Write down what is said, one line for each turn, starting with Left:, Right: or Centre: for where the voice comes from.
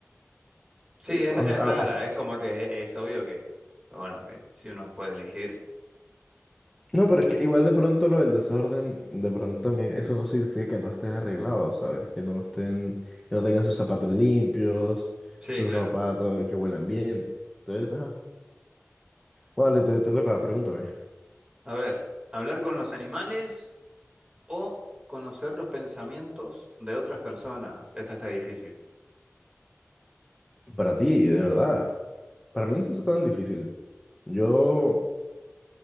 Right: Sí,
Centre: eh,
Right: es,
Centre: o-
Right: es
Centre: ah,
Right: rara. Es como que es obvio que, bueno, que si uno puede elegir.
Centre: no, pero es que igual de pronto lo del desorden, de pronto también, eso no significa que no estén arreglados, ¿sabes? Que no estén, que no tengan sus zapatos limpios,
Right: Sí,
Centre: su
Right: claro.
Centre: ropa, todo, que huelan bien. Entonces, ajá. Vale, te, te toca, pregúntame.
Right: A ver, hablar con los animales. o conocer los pensamientos de otras personas. Esta está difícil.
Centre: Para ti, de verdad, para mí no es tan difícil. Yo,